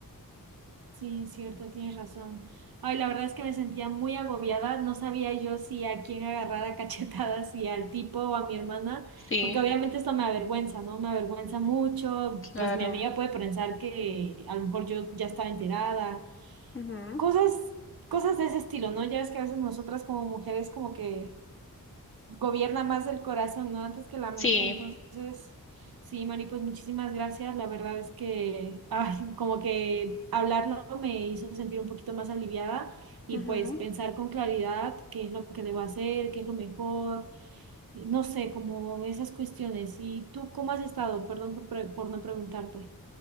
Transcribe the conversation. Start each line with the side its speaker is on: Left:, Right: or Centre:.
Right: Sí, cierto, tienes razón. Ay, la verdad es que me sentía muy agobiada. No sabía yo si a quién agarrar a <laughs> cachetadas, si al tipo o a mi hermana,
Left: Sí,
Right: porque obviamente esto me avergüenza, ¿no? Me avergüenza mucho.
Left: claro.
Right: Pues mi amiga puede pensar que a lo mejor yo ya estaba enterada.
Left: Ujú,
Right: Cosas, cosas de ese estilo, ¿no? Ya ves que a veces nosotras como mujeres como que gobierna más el corazón, ¿no? Antes que la mente.
Left: Sí.
Right: Entonces, sí, Mari, pues muchísimas gracias. La verdad es que, <laughs> ay, como que hablarlo me hizo sentir un poquito más aliviada y
Left: Ujú.
Right: pues pensar con claridad qué es lo que debo hacer, qué es lo mejor, no sé, como esas cuestiones. ¿Y tú cómo has estado? Perdón por, pre- por no preguntarte.